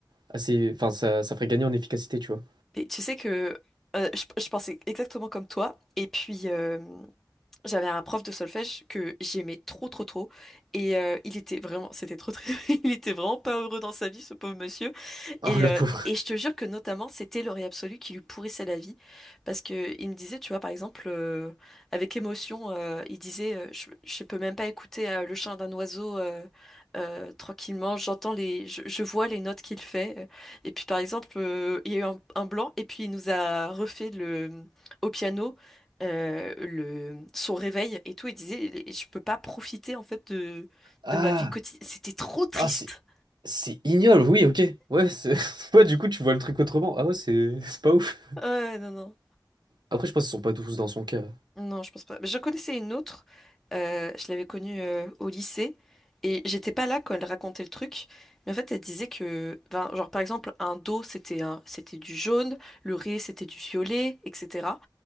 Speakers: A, on the right; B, in the centre.
A: assez. Enfin, ça, ça ferait gagner en efficacité, tu vois.
B: Et tu sais que euh, je, je pensais exactement comme toi. Et puis, euh, J'avais un prof de solfège que j'aimais trop trop trop et euh, il était vraiment c'était trop très <laughs> il était vraiment pas heureux dans sa vie ce pauvre monsieur
A: Oh,
B: et,
A: le
B: euh,
A: pauvre.
B: et je te jure que notamment, c'était l'oreille absolue qui lui pourrissait la vie. Parce que il me disait, tu vois, par exemple, euh, avec émotion, euh, il disait, euh, je, je peux même pas écouter euh, le chant d'un oiseau euh, euh, tranquillement, j'entends les, je, je vois les notes qu'il fait. Euh, Et puis, par exemple, euh, il y a eu un, un blanc, et puis il nous a refait le, au piano. euh, le, son réveil et tout, il disait, je peux pas profiter en fait de,
A: Ah!
B: de ma vie quotidienne. C'était trop triste.
A: Ah, c'est. C'est ignoble, oui, ok. Ouais, c'est. <laughs> Ouais, du coup, tu vois le truc autrement. Ah ouais, c'est <laughs> c'est pas ouf.
B: Ouais, ouais, non, non.
A: Après, je pense qu'ils sont pas tous dans son cas.
B: Non, je pense pas. Mais J'en connaissais une autre. euh, je l'avais connue euh, au lycée et j'étais pas là quand elle racontait le truc. Mais en fait, elle disait que, ben, genre par exemple, un do c'était un, c'était du jaune, le ré c'était du violet, etc.